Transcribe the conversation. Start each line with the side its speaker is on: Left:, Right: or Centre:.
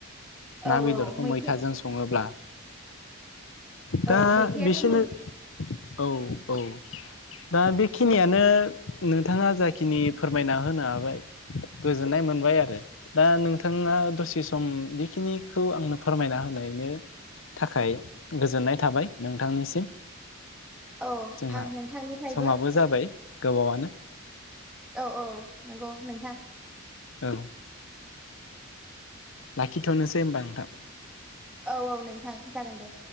Centre: औ
Left: ना बेदरखौ
Centre: औ मैथे
Left: मैथाजों सङोब्ला दा
Centre: औ मैथायाथ'
Left: बिसोनो
Centre: मोन
Left: औ औ दा बेखिनियानो नोंथाङा जाखिनि फोरमायना होनो हाबाय गोजोननाय मोनबाय आरो दा नोंथाङा दसे सम बेखिनिखौ आंनो फोरमायना होनायनि थाखाय गोजोननाय थाबाय नोंथांनिसिम।
Centre: औ
Left: जोंहा
Centre: आं नोंथांनिफ्रायबो
Left: समाबो जाबाय गोबावानो
Centre: औ औ नंगौ नोंथां
Left: औ लाखिथ'नोसै होमबा नोंथां।
Centre: औ औ नोंथां। जागोन दे।